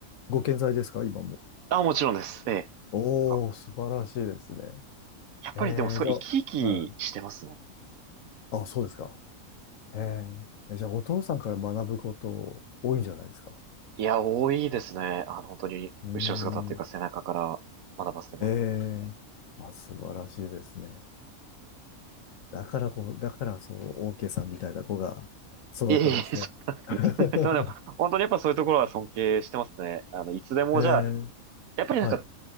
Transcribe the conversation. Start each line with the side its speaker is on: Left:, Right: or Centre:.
Left: ご健在ですか、今も。
Right: あ、もちろんです。ええ。
Left: おー、
Right: なんか
Left: 素晴らしいですね。
Right: やっぱりでもすごい生き生きしてますね。
Left: えー、じゃあ、はい。あ、そうですか。えー、えじゃあ、お父さんから学ぶこと多いんじゃないですか。
Right: いや、多いですね。あの、本当に、
Left: うー
Right: 後ろ姿っていうか背中から学ばせてもらってます。
Left: ん。えー、あ、素晴らしいですね。だからこう、だからそう、オーケーさんみたいな子が育ったんですね。
Right: いえいえ、そんな、
Left: <laughs> は
Right: <laughs> そうでも、本当にやっぱそういうところは尊敬してますね。あの、いつでもじゃあ、
Left: いえー、
Right: やっぱりなんか、
Left: はい、